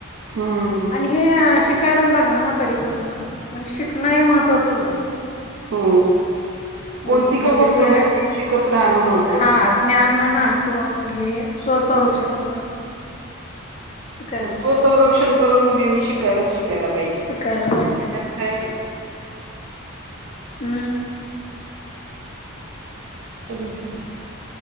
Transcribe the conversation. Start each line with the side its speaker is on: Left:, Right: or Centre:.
Right: हम्म
Left: आणि हे शिकायलाच लागणार ना तरी पण मग म्हणजे शिकणं हे महत्त्वाचंच आहे स्त्रीला
Right: हो
Left: हम्म
Right: कोणती
Left: म्हणजे
Right: का गोष्ट
Left: ते
Right: होईना मग शिकत राहणं महत्त्वाचं
Left: हा
Right: आहे
Left: ज्ञान म्हणा किंवा मग हे स्व संरक्षण म्हणा शिकायलाच
Right: स्वसंरक्षण
Left: पाहिजे
Right: तर मुलींनी शिकायलाच शिकायला पाहिजे ह्यांच्यात
Left: शिकायला
Right: काय
Left: ह
Right: परिस्थिती